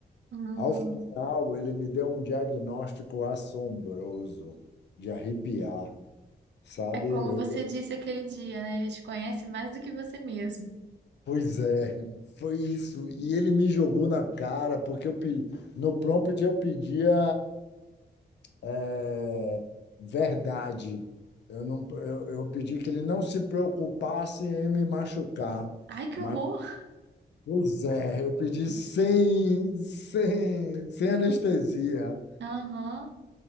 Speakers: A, on the right; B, on the left.
A: Hum.
B: Ao final, ele me deu um diagnóstico assombroso de arrepiar. Sabe?
A: É como
B: Eu,
A: você disse aquele dia, né? Ele te conhece mais do que você mesmo.
B: pois é, foi isso. E ele me jogou na cara, porque eu, pe- no prompt eu pedia é, verdade. Eu, não, eu, eu pedi que ele não se preocupasse em me machucar.
A: Ai, que
B: Mas,
A: horror!
B: pois é, eu pedi sem, sem, sem anestesia.
A: Aham.